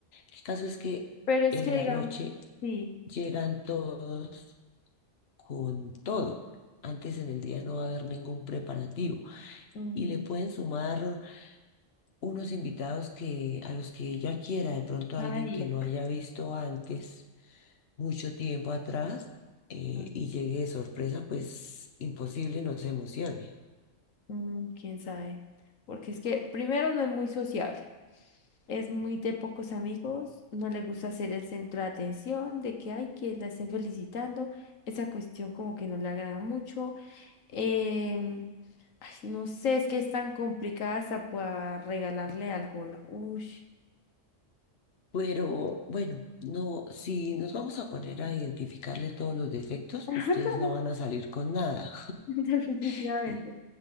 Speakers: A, on the left; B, on the left.
A: El caso es que
B: Pero es
A: en
B: que
A: la
B: digamos,
A: noche
B: sí.
A: llegan todos con todo. Antes en el día no va a haber ningún preparativo
B: mm,
A: y le pueden sumar unos invitados que, a los que ella quiera, de pronto alguien
B: Ay,
A: que no haya visto antes, mucho tiempo atrás, eh,
B: mm,
A: y llegue de sorpresa, pues imposible nos emocione.
B: mm, quién sabe. Porque es que primero no es muy sociable, es muy de pocos amigos, no le gusta ser el centro de atención, de que hay que la estén felicitando, esa cuestión como que no le agrada mucho. em, Ay, no sé, es que es tan complicada hasta para regalarle algo. la- Uy,
A: Pero bueno, no, si nos vamos a poner a identificarle todos los defectos,
B: <laughs>
A: ustedes no van a salir con nada.
B: Definitivamente.
A: <laughs>